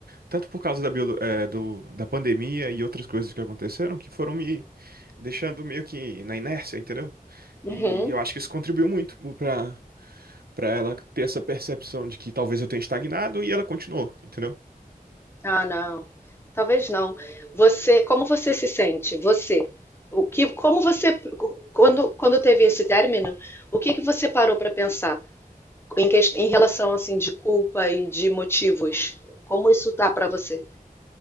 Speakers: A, on the right (about 85°); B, on the left (about 15°).
A: Tanto por causa da, biolo, é, do, da pandemia e outras coisas que aconteceram que foram me deixando meio que na inércia, entendeu?
B: Uhum.
A: E eu acho que isso contribuiu muito pro- pra, pra ela ter essa percepção de que talvez eu tenha estagnado e ela continuou, entendeu?
B: Ah, não. Talvez não. Você, como você se sente? Você, o que, como você, quando, quando teve esse término, o que que você parou para pensar em, ques- em relação assim de culpa e de motivos? Como isso tá para você?